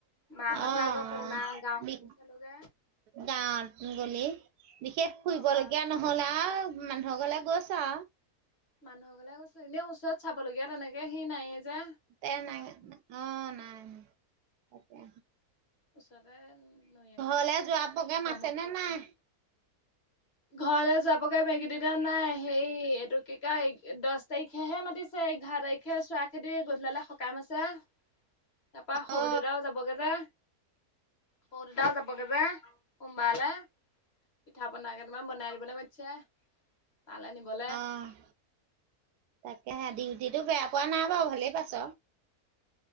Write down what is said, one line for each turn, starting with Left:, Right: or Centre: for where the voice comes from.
Left: মাহঁতৰ
Right: অ',
Left: আগৰ পুৰণা গাঁওখন
Right: বি
Left: চালোগে
Right: গাঁত মুংগলী বিশেষ শুইব
Left: অ মাহত
Right: লগীয়া নহ'ল আৰু। মানুহৰ গলে গৈছা
Left: মানুহৰ ঘৰলে গৈছোঁ। এনে ওচৰত চাবলগীয়া তেনেকে সেই নায়ে যে।
Right: <unintelligible> অ, নাই। তাকে।
Left: উচতে উ নৈ এখন
Right: ঘৰলে
Left: আছিলে
Right: যোৱা প্ৰগ্ৰেম
Left: ব্ৰহ্মপুত্ৰৰ
Right: আছে নে নাই
Left: কনা ঘৰলে য বগে মেগী দুইডা নাই হেই এইটো কি কাই দছ তাৰিখেহে মাতিছে ইঘাৰ তাৰিখে চোৱা খেতি গধূলালে সকাম আছে তাৰ পা স
Right: অ
Left: দেদাও যাবগে যে। স দেদাও যাবগে যে সোমবালে পিঠা পনা কেইটামান বনাই দিবলৈ মাতিছে। তালৈ নিবলে
Right: অ' তাকেহে ডিউটিটো বেয়া পোৱা নাই বাৰু ভালেই পাইছ।